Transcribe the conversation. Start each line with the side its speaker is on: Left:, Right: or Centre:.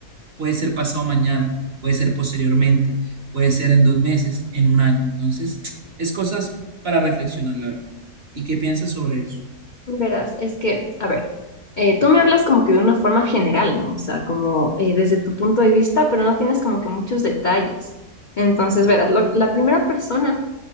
Right: puede ser pasado mañana, puede ser posteriormente, puede ser en dos meses, en un año. Entonces, es cosas para reflexionar, la verdad. ¿Y qué piensas sobre eso?
Left: Verás, es que, a ver, eh, tú me hablas como que de una forma general, ¿no? O sea, como eh, desde tu punto de vista, pero no tienes como que muchos detalles. Entonces, verás, lo- la primera persona,